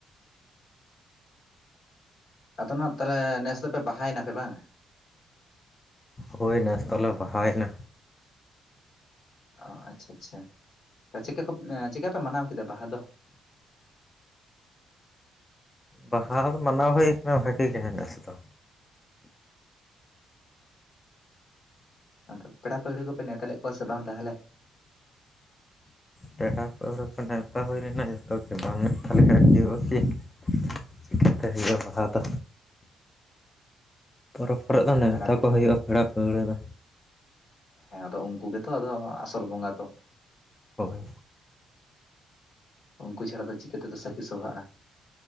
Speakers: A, on the left (about 65°); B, on the left (about 20°).
A: ᱟᱫᱚ ᱱᱟᱜ ᱛᱟᱦᱚᱞᱮ ᱱᱮᱥ ᱫᱚᱯᱮ ᱵᱟᱦᱟᱭᱮᱱᱟᱯᱮ ᱵᱟᱝ-ᱟ
B: ᱦᱩᱭ ᱱᱮᱥ ᱫᱚᱞᱮ ᱵᱟᱦᱟᱭᱮᱱᱟ᱾
A: ᱚ ᱟᱪᱪᱷᱟ ᱟᱪᱪᱷᱟ ᱪᱤᱠᱟ ᱠᱚ ᱪᱤᱠᱟ ᱯᱮ ᱢᱟᱱᱟᱣ ᱠᱮᱫᱟ ᱵᱟᱦᱟ ᱫᱚ?
B: ᱵᱟᱦᱟ ᱢᱟᱱᱟᱣ ᱦᱩᱭ ᱠᱟᱱᱟ ᱵᱷᱟᱜᱤ ᱜᱮ ᱱᱮᱥ ᱫᱚ᱾
A: ᱟᱫᱚ ᱯᱮᱲᱟ ᱯᱟᱹᱲᱦᱟᱹ ᱠᱚᱯᱮ ᱱᱮᱶᱛᱟ ᱞᱮᱫ ᱠᱚᱣᱟ ᱥᱮ ᱵᱟᱝ ᱛᱟᱦᱚᱞᱮ?
B: ᱯᱮᱲᱟ ᱯᱟᱹᱣᱲᱩᱣᱟᱹ ᱠᱚ ᱱᱮᱶᱛᱟ ᱦᱩᱭ ᱞᱮᱱᱟ ᱡᱚᱛᱚ ᱜᱮ ᱵᱟᱝ ᱱᱮᱶᱛᱟ ᱞᱮᱠᱷᱟᱡ ᱦᱩᱭᱩᱜ-ᱟ ᱠᱤ ᱪᱤᱠᱟᱹᱛᱮ ᱦᱩᱭᱩᱜᱼᱟ ᱵᱟᱦᱟ ᱫᱚ᱾ ᱯᱚᱨᱚᱵᱽ ᱠᱚᱨᱮ
A: ᱦᱮᱸᱛᱚ
B: ᱫᱚ ᱱᱮᱶᱛᱟ
A: ᱯᱮᱲᱟ ᱠᱚᱜᱮ
B: ᱠᱚ ᱦᱩᱭᱩᱜᱼᱟ ᱯᱮᱲᱟ ᱯᱟᱹᱣᱲᱟᱹ ᱫᱚ᱾
A: ᱦᱮᱸ ᱟᱫᱚ ᱩᱱᱠᱩ ᱜᱮᱛᱚ ᱟᱫᱚ ᱟᱥᱚᱞ ᱵᱚᱸᱜᱟ ᱫᱚ᱾
B: ᱦᱳᱭ
A: ᱩᱱᱠᱩ ᱪᱷᱟᱲᱟ ᱫᱚ ᱪᱤᱠᱟᱹ ᱛᱮᱫᱚ ᱥᱟᱹᱠᱷᱤ ᱥᱚᱵᱷᱟᱜᱼᱟ